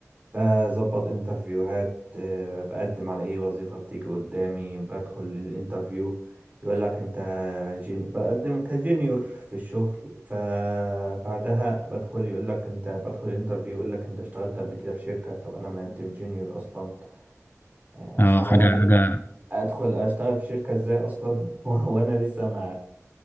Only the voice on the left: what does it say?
اه حاجه
حاجه